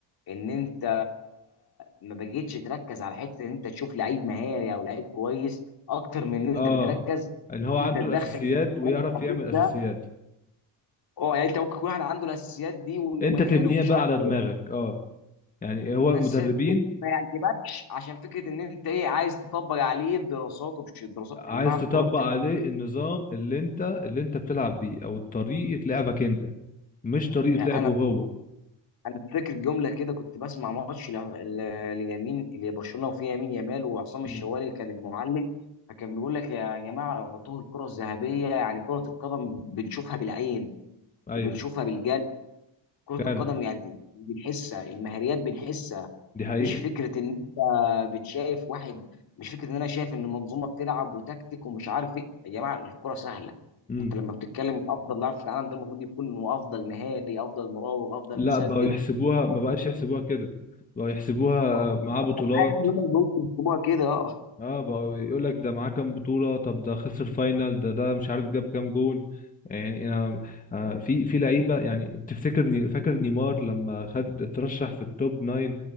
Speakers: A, on the left; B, on the left.
A: ان انت ما بقيتش تركز على حته ان انت تشوف لعيب مهاري او لعيب كويس اكتر من ان
B: اه
A: انت بتركز
B: ان
A: ان
B: هو عنده
A: انت تدخل
B: الاساسيات
A: الكلام
B: ويعرف
A: الحديث
B: يعمل اساسيات
A: ده اه يعني انت ممكن يكون واحد عنده الاساسيات دي وانه
B: انت
A: مهاري
B: تبنيها
A: ومش
B: بقى
A: عارف
B: على دماغك
A: ايه
B: اه يعني هو
A: والاساسيات
B: المدربين
A: دي ما يعجبكش عشان فكره ان انت ايه عايز تطبق عليه الدراسات ومش الدراسات
B: عايز
A: يا جماعه
B: تطبق
A: الكوره بتلعب
B: عليه النظام اللي انت اللي انت بتلعب بيه او طريقة لعبك انت مش طريقة
A: يعني
B: لعبه
A: انا
B: هو
A: انا فاكر جمله كده كنت بسمع ماتش ل- ل- لليمين اللي برشلونه وفيه يمين يامال وعصام الشوالي
B: امم
A: كان المعلق فكان بيقول لك يا جماعه اعطوه الكره الذهبيه يعني كره القدم بنشوفها بالعين
B: ايوه
A: وبنشوفها بالجلد كره
B: فعلا
A: القدم يعني بنحسها المهاريات بنحسها
B: دي حقيقة
A: مش فكره ان انت بتشايف واحد مش فكره ان انا شايف ان منظومه بتلعب وتكتيك ومش عارف ايه يا جماعه الكره سهله
B: امم
A: انت لما بتتكلم من افضل لاعب في العالم ده المفروض يكون هو افضل مهاري افضل مراوغ افضل
B: لا بقوا يحسبوها ما
A: مسدد
B: بقاش يحسبوها كده بقوا يحسبوها
A: ما هو
B: آه،
A: ما
B: معاه بطولات
A: هو انا عارف ان هم البنوك بيكتبوها كده اه
B: اه بقى يقول لك ده معاه كام بطولة طب ده خسر فاينل ده ده مش عارف جاب كام جون يعني انا آه، في في لعيبة يعني تفتكر ني- فاكر نيمار لما خد اترشح في التوب 9